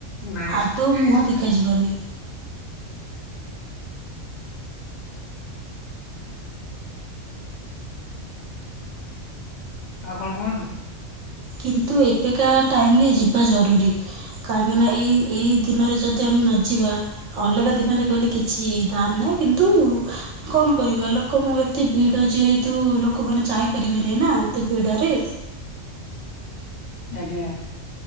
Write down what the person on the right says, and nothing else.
ଆଦୌ ମୁହଁ ଦେଖାଯିବନି।
କିନ୍ତୁ ଏବେକା ଟାଇମରେ ଯିବା ଜରୁରୀ। କାହିଁକିନା ଏଇ ଏଇ ଦିନରେ ଯଦି ଯଦି ଆମେ ନ ଯିବା ଅଲଗା ଦିନରେ ଗଲେ କିଛି ଦାମ୍ ନାହିଁ। କିନ୍ତୁ କଣ କରିବା ଲୋକ ଏତେ ଭିଡ ଯେହେତୁ ଲୋକମାନେ ଯାଇ କରିବେନି ନା ଏତେ ଭିଡ଼ରେ।